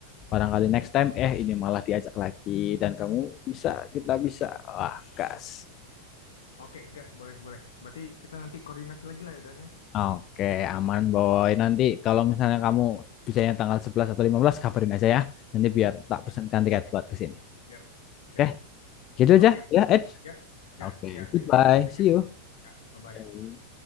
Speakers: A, on the left; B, on the left.
A: barangkali next time eh ini malah diajak lagi dan kamu bisa, kita bisa. Wah, gas.
B: Oke, gas. Boleh, boleh. Berarti kita nanti koordinasi lagi lah ya, Dan ya?
A: Oke, aman boy.
B: Hmm.
A: Nanti kalau misalnya kamu bisanya tanggal sebelas atau lima belas kabarin aja ya. Nanti biar tak pesankan
B: Ya,
A: tiket
B: siap.
A: buat ke sini.
B: Siap.
A: Oke,
B: Siap.
A: gitu
B: Oke.
A: aja ya, Ed.
B: Ya, ya,
A: Oke,
B: ya.
A: goodbye.
B: Thank you. Thank
A: See
B: you.
A: you.
B: Ya, bye-bye.
A: yang